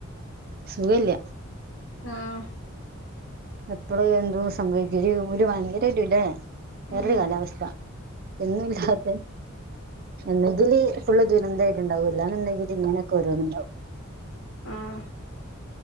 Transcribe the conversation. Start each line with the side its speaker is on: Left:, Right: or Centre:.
Right: സുഖല്ല്യാ
Left: ആഹ്
Right: എപ്പഴും എന്തോ സംഭവിക്ക ഒരു ഭയങ്കരരുല്ലേ വേറൊരു
Left: ഉം
Right: കാലാവസ്ഥ എന്നും ഇല്ലാതെ എന്തെങ്കില് ഫുളള് ദുരന്തായിട്ട്ണ്ടാവും ഇല്ലാന്ന്ണ്ടെങ്കില് ഇങ്ങനെയൊക്കെരോന്നുണ്ടാവും
Left: ആഹ്